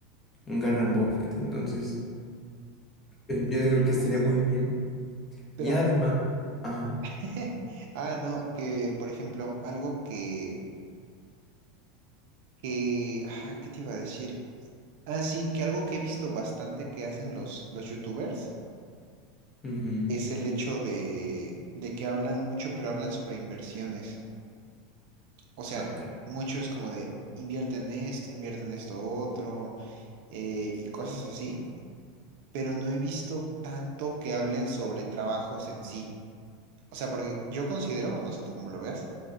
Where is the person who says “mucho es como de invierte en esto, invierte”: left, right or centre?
Right